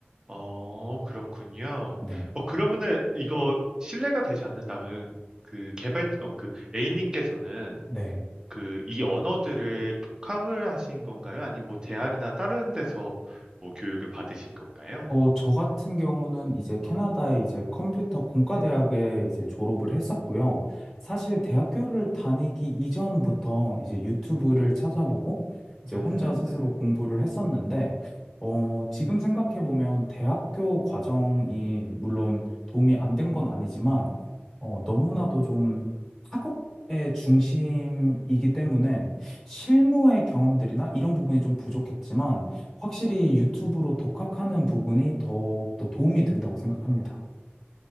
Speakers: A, on the right; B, in the centre.
A: 어, 그렇군요.
B: 네,
A: 어, 그러면은 이거 신뢰가 되지 않는다면 그 개발, 어, 그 A님께서는
B: 네.
A: 그 이 언어들을 독학을 하신 건가요? 아니면 뭐 대학이나 다른 데서 뭐 교육을 받으신 건가요?
B: 어, 저 같은 경우는 이제 캐나다의 이제 컴퓨터 공과대학에 이제 졸업을 했었고요. 사실 대학교를 다니기 이전부터 이제 유튜브를 찾아보고 이제
A: 음.
B: 혼자 스스로 공부를 했었는데, 어, 지금 생각해보면 대학교 과정이 물론 도움이 안 된 건 아니지만, 어, 너무나도 좀 학업의 중심이기 때문에 실무의 경험들이나 이런 부분이 좀 부족했지만, 확실히 유튜브로 독학하는 부분이 더욱 더 도움이 된다고 생각합니다.